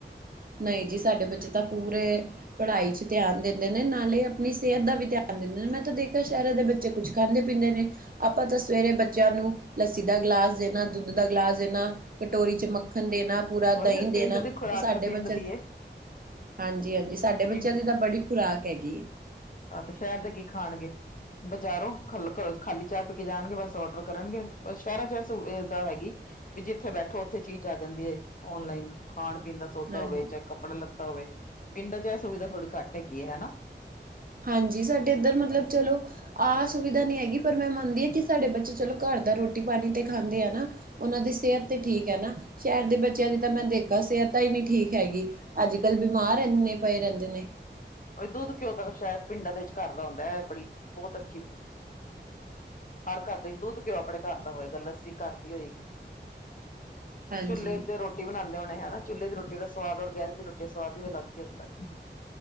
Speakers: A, on the right; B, on the left.
A: ਨਹੀਂ ਜੀ, ਸਾਡੇ ਬੱਚੇ ਤਾਂ ਪੂਰੇ ਪੜ੍ਹਾਈ ਚ ਧਿਆਨ ਦਿੰਦੇ ਨੇ, ਨਾਲੇ ਆਪਣੀ ਸਿਹਤ ਦਾ ਵੀ ਧਿਆਨ ਦਿੰਦੇ ਨੇ, ਮੈਂ ਤਾਂ ਦੇਖਾਂ ਸ਼ਹਿਰਾਂ ਦੇ ਬੱਚੇ ਬੱਚੇ ਕੁੱਝ ਖਾਂਦੇ, ਪੀਂਦੇ ਨੇ? ਆਪਾਂ ਤਾਂ ਸਵੇਰੇ ਬੱਚਿਆਂ ਨੂੰ ਲੱਸੀ ਦਾ ਗਿਲਾਸ ਦੇਣਾ, ਦੁੱਧ ਦਾ ਗਿਲਾਸ ਦੇਣਾ, ਕਟੋਰੀ 'ਚ ਮੱ ਮੱਖਣ ਦੇਣਾ, ਪੂਰਾ
B: ਹੋਰ
A: ਦਹੀਂ
B: ਫਿਰ
A: ਦੇਣਾ,
B: ਪਿੰਡ ਦੀ ਖੁਰਾਕ
A: ਤੇ ਸਾਡੇ
B: ਤਾਂ ਪਿੰਡ
A: ਬੇ
B: ਦੀ ਏ
A: ਹਾਂਜੀ-ਹਾਂਜੀ, ਸਾਡੇ ਬੱਚਿਆਂ
B: ਪਿੰਡ
A: ਦੀ ਤਾਂ ਬੜੀ ਖੁਰਾਕ ਹੈਗੀ ਏ।
B: ਆਹ ਤੇ ਸ਼ਹਿਰ ਦੇ ਕੀ ਖਾਣਗੇ? ਬਜ਼ਾਰੋ ਖੱਲਕ ਖਾਲੀ ਚਾਹ ਪੀ ਕੇ ਜਾਣਗੇ, ਬਸ ਔਡਰ ਕਰਨਗੇ, ਸ਼ਹਿਰਾਂ ਚ ਇਹ ਸਹੂਲਤ ਹੈਗੀ। ਵੀ ਜਿੱਥੇ ਬੈਠੋ, ਉੱਥੇ ਚੀਜ਼ ਆ ਜਾਂਦੀ ਹੈ, ਔਨਲਾਈਨ ਖਾਣ, ਪੀਣ ਦਾ ਸੌਦਾ
A: ਹਾਂਜੀ।
B: ਹੋਵੇ, ਚਾਹੇ ਕੱਪ ਕੱੜ ਲੇਤਾ ਹੋਵੇ, ਪਿੰਡਾਂ ਚ ਇਹ ਸੁਵਿਧਾ ਥੋੜ੍ਹੀ ਘੱਟ ਹੈਗੀ ਹੈ, ਹਨਾ।
A: ਹਾਂਜੀ, ਸਾਡੇ ਇੱਧਰ ਮਤਲਬ ਚਲੋ ਆਹ ਸੁਵਿਧਾ ਨਹੀਂ ਹੈਗੀ ਪਰ ਮੈਂ ਮੰਨਦੀ ਹਾਂ। ਕਿ ਸਾਡੇ ਬੱਚੇ ਚਲੋ ਘਰ ਦਾ ਰੋਟੀ, ਪਾਣੀ ਤੇ ਖਾਂਦੇ ਆ ਨਾ ਉਹਨਾਂ ਦੀ ਸਿਹਤ ਤੇ ਠੀਕ ਹੈ ਨਾ, ਸ਼ਹਿਰ ਦੇ ਬੱਚਿਆਂ ਦੀ ਤਾਂ ਮੈਂ ਦੇਖਾਂ ਸਿਹਤ ਤਾਂ ਹੀ ਠੀਕ ਹੈਗੀ ਅੱਜ, ਕੱਲ ਬਿਮਾਰ ਇੰਨੇ ਪਏ ਰਹਿੰਦੇ ਨੇ।
B: ਉਏ, ਦੁੱਧ, ਘਿਉ ਅਗਰ ਸਾਇਦ ਪਿੰਡਾਂ ਦੇ ਵਿੱਚ ਘਰ ਦਾ ਹੁੰਦਾ। ਬੜੀ ਬਹੁਤ ਅੱਛੀ ਹਰ ਘਰ ਦੇ ਵਿੱਚ ਦੁੱਧ, ਘਿਉ ਆਪਣੇ ਘਰ ਦਾ ਹੋਏਗਾ, ਲੱਸੀ ਘਰ ਦੀ ਹੋਏਗੀ।
A: ਹਾਂਜੀ
B: ਚੁੱਲ੍ਹੇ ਤੇ ਰੋਟੀ ਬਣਾਉਂਦੇ ਹੋਣੇ ਹਨਾ, ਚੁੱਲ੍ਹੇ ਦੀ ਰੋਟੀ ਦਾ ਸਵਾਦ ਔਰ, ਗੈਸ ਦੀ ਰੋਟੀ ਦਾ ਸਵਾਦ ਵੀ ਅਲੱਗ ਹੀ ਹੁੰਦਾ।